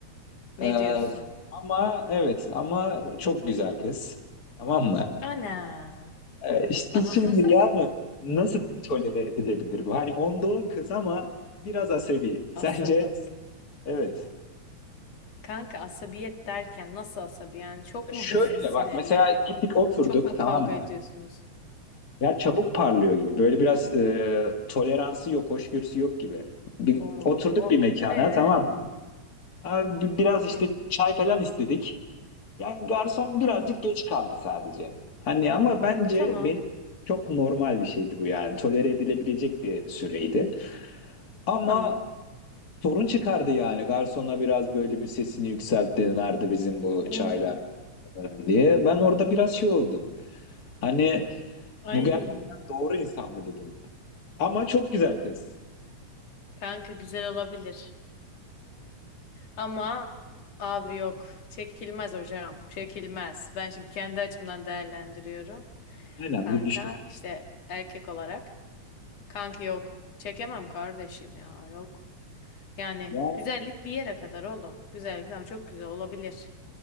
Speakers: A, on the left; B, on the left.
A: Ne
B: Ee,
A: diyorsun?
B: ama evet ama çok güzel kız tamam mı?
A: Ana.
B: Ee, işte
A: <laughs>
B: şimdi yani nasıl tolere edilebilir bu? Hani onda on kız ama biraz asabi. Sence?
A: Asabi.
B: Evet.
A: Kanka asabiyet derken nasıl asabi? Yani çok
B: Ya
A: mu
B: şöyle
A: hızlı sinirleniyor?
B: bak mesela gittik oturduk
A: Çok mu
B: tamam
A: kavga
B: mı?
A: ediyorsunuz?
B: Ya çabuk parlıyor gibi. Böyle biraz e, toleransı yok, hoşgörüsü yok gibi. Bir,
A: Oo.
B: oturduk bir mekana
A: Ee,
B: tamam mı? Abi, bi- biraz işte
A: hı.
B: çay falan istedik. Yani garson
A: Tamam.
B: birazcık geç kaldı sadece. Hani ama bence
A: Tamam.
B: benim çok normal bir şeydi bu yani. Tolere edilebilecek bir süreydi. Ama
A: Tamam.
B: sorun çıkardı yani. Garsona biraz böyle bir sesini yükseltti. Nerede bizim bu
A: Oo.
B: çaylar falan diye. Ben orada biraz şey oldum. Hani
A: Ay.
B: bu gerçekten doğru insan mı dedim. Ama çok güzel kız.
A: Kanka güzel olabilir. Ama abi yok. Çekilmez hocam. Çekilmez. Ben şimdi kendi açımdan değerlendiriyorum.
B: Aynen
A: Kanka
B: Lülüşko.
A: işte erkek olarak. Kanki yok. Çekemem kardeşim ya. Yok. Yani
B: Yani,
A: güzellik bir yere kadar oğlum. Güzellik tamam çok güzel olabilir.